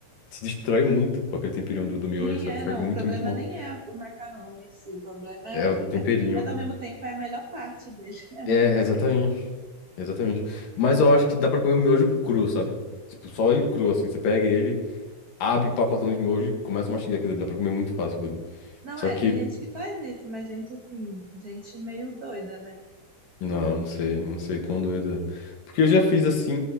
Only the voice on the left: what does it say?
se destrói muito, pô, aquele temperinho do, do miojo,
sabe?
Faz
muito,
muito mal.
É
o
temperinho.
É,
exatamente. Exatamente. Mas eu acho que dá pra comer o miojo cru, sabe? Tipo, só ele cru, assim. Você pega ele, abre o pacotão de miojo e começa a mastigar aquilo ali. Dá pra comer muito fácil aquilo ali.
Só
que,
não, não sei, não sei quão doido é. Porque eu já fiz assim